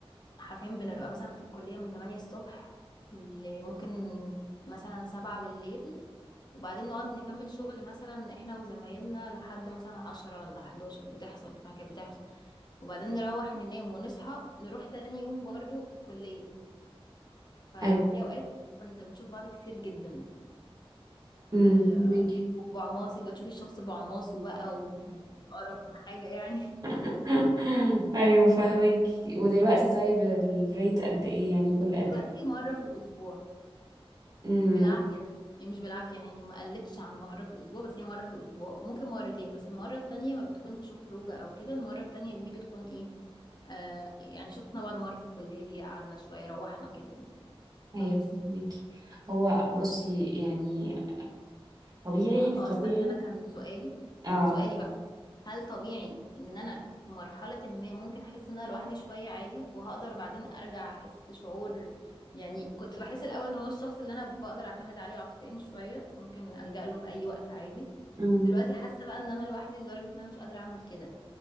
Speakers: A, on the left (about 45°); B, on the right (about 40°).
A: حرفيا بنبقى مثلا في الكلية من 8 الصبح ل- ممكن مثلا 7 بالليل وبعدين نقعد نكمل شغل مثلا احنا وزمايلنا لحد مثلا 10 ولا 11 بتحصل فما كانت بتحصل وبعدين نروح ننام ونصحى نروح تاني يوم برضو الكلية ففي
B: ايوه
A: أوقات كنا بنشوف بعض كتير جدا
B: امم
A: آه
B: فهماكي
A: بعماصي بقى تشوفي الشخص بعماصه بقى وبقرف وحاجة يعني
B: <laughs> ايوه فهماكي
A: <laughs>
B: ودلوقتي طيب الريت قد ايه يعني كل
A: دلوقتي
B: قد ايه؟
A: مرة في الأسبوع
B: امم
A: بالعافية يعني مش بالعافية يعني ما قلتش عن مرة في الأسبوع بس هي مرة في الأسبوع وممكن مرتين بس المرة التانية ما بتكونش خروجة أو كده المرة التانية دي بتكون إيه آه يعني شفنا بعض مرة في الكلية قعدنا شوية روحنا كده يعني.
B: ايوه
A: بس
B: فهماكي هو بصي يعني طبيعي
A: اه
B: طبيعي
A: آه، استني انا كان سؤالي
B: اه
A: كان سؤالي بقى هل طبيعي ان انا في مرحلة ما ممكن احس ان انا لوحدي شوية عادي وهقدر بعدين ارجع احس شعور يعني كنت بحس الاول ان هو الشخص اللي انا بقدر اعتمد عليه عاطفيا شوية ممكن الجأ له في اي وقت عادي
B: امم
A: دلوقتي حاسة بقى ان انا لوحدي لدرجة ان انا مش قادرة اعمل كده